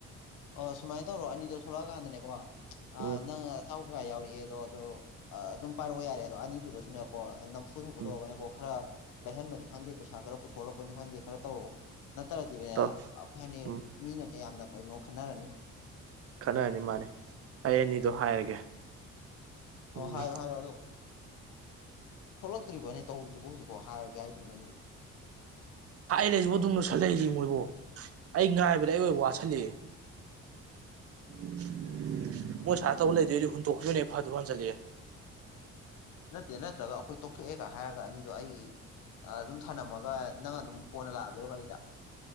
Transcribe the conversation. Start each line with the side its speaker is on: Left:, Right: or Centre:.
Left: ꯑꯣ ꯁꯨꯃꯥꯏꯅ ꯇꯧꯔꯣ ꯑꯅꯤꯗꯣ ꯊꯣꯛꯂꯛꯑꯀꯥꯟꯗꯅꯦꯀꯣ ꯆ ꯑꯥ
Right: ꯎꯝ
Left: ꯅꯪ ꯑꯆꯥꯎ ꯈꯔ ꯌꯥꯎꯔꯛꯑꯦ ꯑꯗꯣ ꯑ ꯑꯗꯨꯝ ꯄꯥꯏꯔꯛꯑꯣ ꯌꯥꯔꯦ ꯑꯗꯣ ꯑꯅꯤꯗꯨꯗꯁꯨꯅꯦ ꯀꯣ ꯅꯝꯐꯨ ꯁꯥꯐꯨ
Right: ꯎꯝ
Left: ꯇꯧꯔꯒꯅꯦꯀꯣ ꯈꯔ ꯂꯩꯍꯟꯕꯅꯤ ꯈꯪꯗꯦ ꯄꯩꯁꯥ ꯈꯔ ꯄꯨꯊꯣꯛꯍꯂꯛꯄꯅꯤ ꯈꯪꯗꯦ ꯈꯔ ꯇꯧꯔꯛꯑꯣ ꯅꯠꯇ꯭ꯔꯗꯤꯅꯦ
Right: ꯇꯧ
Left: ꯑꯈꯣꯏ ꯑꯅꯤ
Right: ꯎꯝ
Left: ꯃꯤꯅꯅꯦ ꯌꯥꯝꯅ ꯀꯩꯅꯣ ꯈꯟꯅꯔꯅꯤ
Right: ꯈꯟꯅꯔꯅꯤ ꯃꯥꯅꯤ ꯑꯩ ꯑꯅꯤꯗꯣ ꯍꯥꯏꯔꯒꯦ
Left: ꯑꯣ
Right: ꯎꯝ
Left: ꯍꯥꯏꯌꯣ ꯍꯥꯏꯌꯣ ꯑꯗꯣ ꯊꯣꯛꯂꯛꯇ꯭ꯔꯤꯕꯣꯅꯦ ꯇꯧꯔꯤꯗꯨꯕꯨ ꯍꯧꯖꯤꯛꯐꯥꯎ ꯍꯥꯏꯔꯒꯦ ꯍꯥꯏꯗꯨꯕꯨ ꯅꯪꯗꯨꯕꯨ
Right: ꯍꯥꯏ ꯂꯩꯖꯤꯕꯣ ꯑꯗꯨꯝ ꯂꯣꯏꯁꯤꯜ ꯂꯩꯖꯤ ꯃꯣꯏꯕꯣ ꯑꯩ ꯉꯥꯏꯕꯗ ꯑꯩ ꯑꯣꯏ ꯋꯥꯁꯂꯑꯦ <inaudible> ꯃꯣꯏ ꯁꯥꯏꯅ ꯇꯧ ꯂꯩꯗꯣꯏꯗꯤ ꯍꯨꯟꯇꯣꯛꯈꯤꯕꯅ ꯍꯦ ꯐꯗꯧ ꯃꯥꯟꯖꯜꯂꯛꯑꯦ
Left: ꯅꯠꯇꯦ ꯅꯠꯇ꯭ꯔꯒ ꯑꯈꯣꯏ ꯇꯣꯛꯊꯣꯛꯑꯦꯒ ꯍꯥꯏꯔꯒ ꯑꯅꯤꯗꯣ ꯑꯩ ꯑ ꯗꯨꯝ ꯊꯅꯝꯃꯒ ꯅꯪ ꯑꯗꯨꯝ ꯀꯣꯟꯅ ꯂꯥꯛꯑꯒꯦꯔꯣ ꯒꯥꯔꯤꯗ